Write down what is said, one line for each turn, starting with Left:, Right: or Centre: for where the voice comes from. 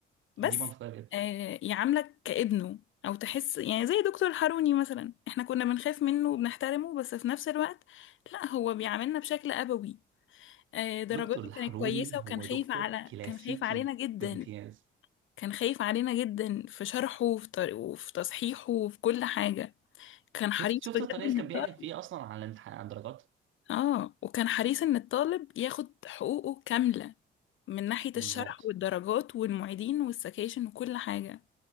Left: بس
Right: دي منطقيه جدا
Left: آه، يعاملك كابنه او تحس يعني زي دكتور حروني مثلا احنا كنا بنخاف منه وبنحترمه بس في نفس الوقت لا هو بيعاملنا بشكل ابوي آه، درجاته
Right: دكتور الحروري
Left: كانت كويسة وكان
Right: هو
Left: خايف
Right: دكتور
Left: على
Right: كلاسيكي
Left: كان خايف علينا جدا
Right: بامتياز
Left: كان خايف علينا جدا في شرحه وفي طر- وفي تصحيحه وفي كل حاجة كان
Right: شفت
Left: حريص
Right: شفت
Left: بجد
Right: الطريقه
Left: ان
Right: اللي كان
Left: الطالب
Right: بيعلن فيها اصلا على الامتحان على الدرجات
Left: اه وكان حريص ان الطالب ياخد حقوقه كاملة من ناحية
Right: بالظبط
Left: الشرح والدرجات والمعيدين والسكاشن وكل حاجة